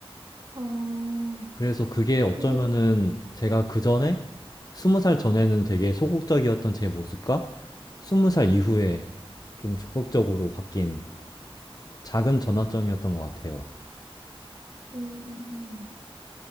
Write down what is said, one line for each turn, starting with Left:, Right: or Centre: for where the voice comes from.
Right: 아,
Left: 그래서 그게 어쩌면은
Right: 근데, 네.
Left: 제가 그 전에 스무 살 전에는 되게 소극적이었던 제 모습과 스무 살 이후에 좀 적극적으로 바뀐 작은 전환점이었던 것 같아요.
Right: 음,